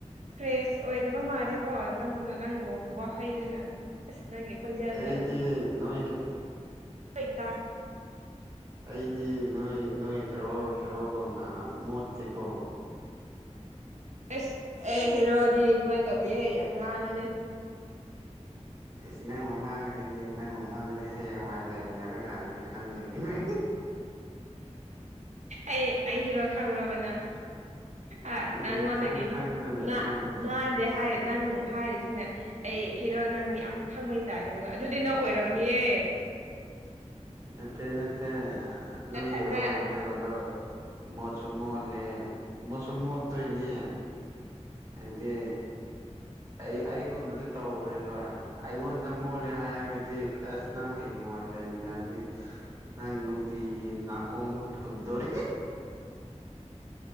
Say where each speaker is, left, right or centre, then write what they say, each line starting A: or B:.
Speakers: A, on the right; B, on the right.
A: ꯐ꯭ꯔꯦꯁ ꯑꯣꯏꯗꯕ ꯃꯥꯜꯂꯦꯀꯣ ꯅꯪꯗꯣ ꯅꯪ ꯋꯥꯍꯩꯗꯨꯅ ꯑꯁ ꯅꯪꯒꯤ ꯈꯣꯟꯖꯦꯜꯗꯨꯅ
B: ꯑꯩꯗꯤ ꯅꯣꯏꯒꯤ
A: ꯍꫭꯏ ꯗꯥ
B: ꯑꯩꯗꯤ ꯅꫭꯏ ꯅꯣꯏ ꯍꯦꯔꯣ ꯍꯦꯔꯣꯒꯨꯝꯅ ꯃꯣꯠꯇꯤꯀꯣ
A: ꯑꯩꯁ ꯑꯩ ꯍꯦꯔꯣꯗꯤ ꯑꯗꯨꯃꯥꯏ ꯇꯧꯗꯦꯍꯦ ꯌꯥꯝ ꯅꯥꯟꯕꯅꯦ
B: ꯑꯦꯁ ꯅꯪ ꯃꯃꯥꯡꯒꯥꯗꯅꯤ ꯅꯪ ꯃꯃꯥꯡꯗꯅꯤ ꯍꯌꯦꯡꯋꯥꯏ ꯂꯩꯃꯤꯟꯅꯔꯀꯥꯟꯗꯗꯤ ꯈꯪꯗꯅꯤ ꯅꯪ
A: ꯑꯩ ꯑꯩꯔꯣ ꯈꯡꯕ꯭ꯔꯥꯕ ꯅꯪ ꯑꯥ
B: ꯎꯝ
A: ꯅꯪꯉꯣꯟꯗꯒꯤ
B: ꯈꯪ ꯈꯪꯗꯅ
A: ꯅꯥꯟ
B: ꯅꯪ
A: ꯅꯥꯟꯗꯦ ꯍꯥꯏ ꯅꯪ ꯍꯥꯏꯔꯤꯁꯤꯅ ꯑꯩ ꯍꯦꯔꯣ ꯅꯪ ꯌꯥꯝ ꯈꯪꯕꯩ ꯇꯥꯏꯞꯗꯅꯤꯀꯣ ꯑꯗꯨꯗꯤ ꯅꯪ ꯑꯣꯏꯝꯅꯤꯌꯦ
B: ꯅꯠꯇꯦ ꯅꯠꯇꯦ ꯅꯣꯏ
A: ꯅꯊꯟꯗ
B: ꯍꯦꯔꯣ ꯑꯣꯏꯒꯥꯗꯕꯗꯣ ꯃꯣꯁꯨ ꯃꯣꯠꯂꯦ ꯃꯣꯁꯨ ꯃꯣꯠꯇꯣꯏꯅꯦ ꯍꯥꯏꯗꯤ ꯑꯩ ꯑꯩꯒꯨꯝꯅꯗꯤ ꯇꯧꯔꯣꯏꯕ ꯑꯩꯉꯣꯟꯗ ꯃꯣꯜꯂꯦ ꯍꯥꯏꯔꯒꯥꯗꯤ ꯑꯁ ꯅꯪ ꯍꯌꯦꯡꯋꯥꯏ ꯂꯩꯃꯤꯟꯅꯔꯤ ꯅꯪ ꯅꯨꯡꯇꯤꯒꯤ ꯅꯥꯀꯣꯡꯗꯣ ꯐꯨꯟꯗꯧꯔꯤ